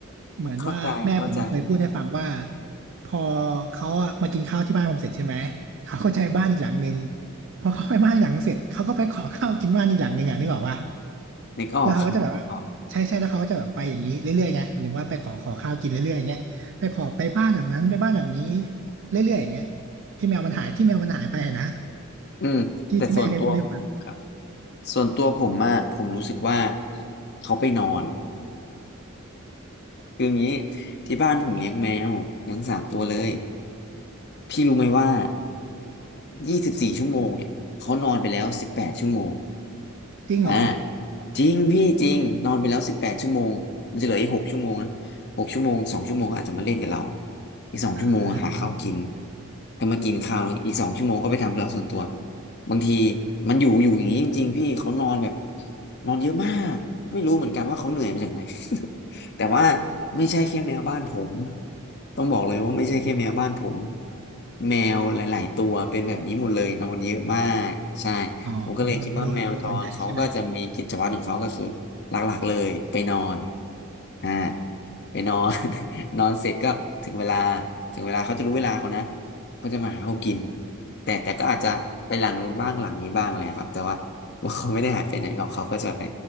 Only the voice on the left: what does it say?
เข้าใจเข้าใจ
นึกออกครับออก
อืมแต่ส่วนตัว
ครับส่วนตัวผมอะผมรู้สึกว่าเขาไปนอน <laughs> คืออย่างนี้ที่บ้านผมเลี้ยงแมวเลี้ยงสามตัวเลยพี่รู้ไหมว่ายี่สิบสี่ชั่วโมงเนี่ยเขานอนไปแล้วสิบแปดชั่วโมง
อ่าจริงพี่จริงนอนไปแล้วสิบแปดชั่วโมงมันจะเหลืออีกหกชั่วโมงนะหกชั่วโมงสองชั่วโมงเขาอาจจะมาเล่นกับเราอีกสองชั่วโมงอะหาข้าวกิน
ก็มากินข้าวอีกสองชั่วโมงก็ไปทำเรื่องส่วนตัวบางทีมันอยู่อยู่อย่างนี้จริงๆพี่เขานอนแบบนอนเยอะมากไม่รู้เหมือนกันว่าเขาเหนื่อยมาจากไหน <laughs> แต่ว่าไม่ใช่แค่แมวบ้านผมต้องบอกเลยว่าไม่ใช่แค่แมวบ้านผมแมวหลายๆตัวเป็นแบบนี้หมดเลยนอนเยอะมากใช่
ผมก็เลยคิดว่าแมวจรเขาก็จะมีกิจวัตรของเขาก็คือหลักๆเลยไปนอน
อ่าไปนอน <laughs> นอนเสร็จก็ถึงเวลา ถึงเวลาเขาจะรู้เวลาเขานะเขาจะมาหาเขากิน แต่แต่ก็อาจจะไปหลังนู้นบ้างหลังนี้บ้างเลยครับแต่ว่า <laughs> ว่าเขาไม่ได้หายไปไหนหรอกเขาก็จะไป